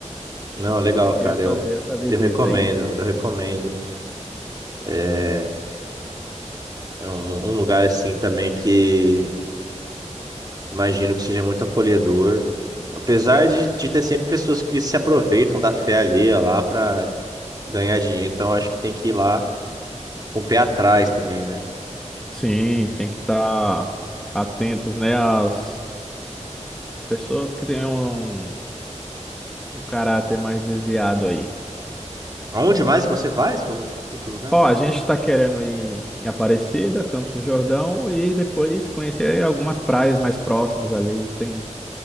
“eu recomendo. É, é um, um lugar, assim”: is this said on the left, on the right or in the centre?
Right